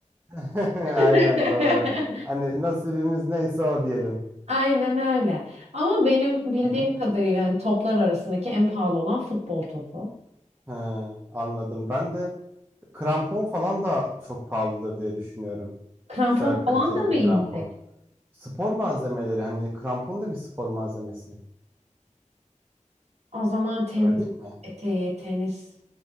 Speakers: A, on the right; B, on the right.
A: <laughs> Aynen
B: <laughs>
A: doğru. Hani nasibimiz neyse o diyelim.
B: Aynen öyle. Ama benim bildiğim
A: Hı hı.
B: kadarıyla hani toplar arasındaki en pahalı olan futbol topu.
A: He, anladım. Ben de Krampon falan da çok pahalıdır diye düşünüyorum.
B: Krampon
A: Güzel kaliteli
B: falan da mı
A: bir
B: inecek?
A: krampon. Spor malzemeleri hani krampon da bir spor malzemesi.
B: O zaman tenis
A: Öyle değil mi?
B: eteği, tenis